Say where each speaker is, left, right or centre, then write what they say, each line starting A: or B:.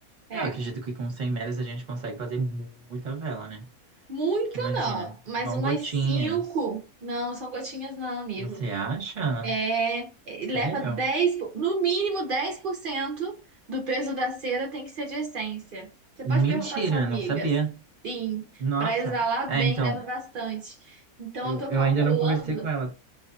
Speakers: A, on the right; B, on the right.
A: É.
B: Eu acredito que com 100 metros a gente consegue fazer muita vela, né?
A: Muita
B: Porque imagina,
A: não, mas
B: vão
A: umas
B: gotinhas.
A: 5. Não, são gotinhas não, amigo.
B: Você acha?
A: É, é, leva
B: Sério?
A: 10, po- no mínimo 10% do peso da cera tem que ser de essência. Você
B: Mentira,
A: pode perguntar à sua amiga.
B: não sabia.
A: Sim,
B: Nossa,
A: para exalar
B: é,
A: bem
B: então,
A: leva bastante. Então
B: eu,
A: eu tô
B: eu
A: calculando,
B: ainda não conversei com ela,